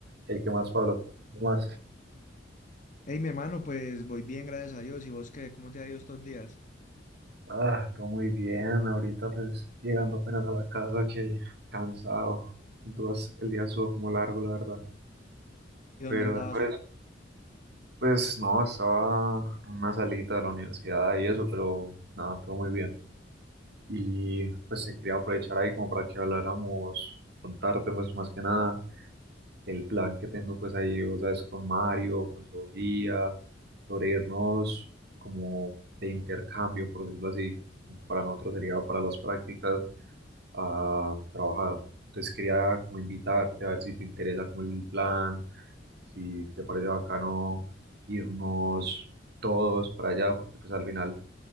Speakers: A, on the right (about 60°); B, on the left (about 45°).
A: El que más, Pablo? ¿Cómo vas?
B: Hey, mi hermano, pues voy bien, gracias a Dios. ¿Y vos qué? ¿Cómo te ha ido estos días?
A: Ah, todo muy bien. Ahorita pues llegando apenas a la casa que cansado. Entonces el día estuvo como largo, la verdad.
B: ¿Y dónde
A: Pero
B: andabas?
A: después,
B: o-
A: pues no, estaba en una salita de la universidad y eso, pero nada, todo muy bien. Y pues se quería aprovechar ahí como para que habláramos, contarte pues más que nada el plan que tengo pues ahí, o sabes, con Mario, con Sofía, sobre irnos como de intercambio, por decirlo así, aunque para nosotros sería para las prácticas, a trabajar. Entonces quería como invitarte a ver si te interesa como el plan, si te parece bacano irnos todos para allá, porque pues al final